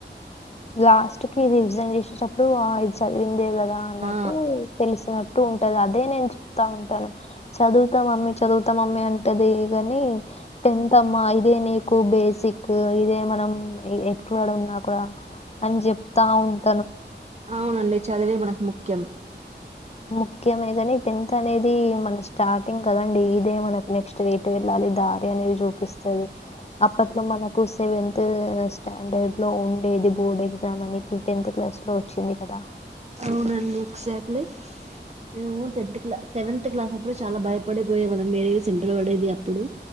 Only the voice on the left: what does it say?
లాస్ట్ కి రివిజెంన్ చేసేటప్పుడు ఇది చదివిందే కదా. అన్నట్టు
తెలుస్తుినట్టు చటు ఉంటది అదే నేను చెప్తా ఉంటాను చదువుతాం మమ్మీ చదువుతాం మమ్మీ అంటది కాని టెన్త్ అమ్మ ఇదే నీకు బేసిక్ ఇదే మనం ఎట్లాడన్నా కూడా. అని చెప్తా ఉంటా
ముఖ్యమే కాని టెన్త్ అనేది మన స్టార్టింగ్ కదండి ఇదే మనకు నెక్స్ట్ ఎట్టు వెళ్ళాలి దారి అనేది చూపిస్తుది. అప్పట్ లో మనకు. సెవెంత్ స్టాండర్డ్ లో ఉండేది బోర్డ్ ఎగ్జామ్ అని ఇప్పుడు టెన్త్ క్లాస్ లో వచ్చింది కదా.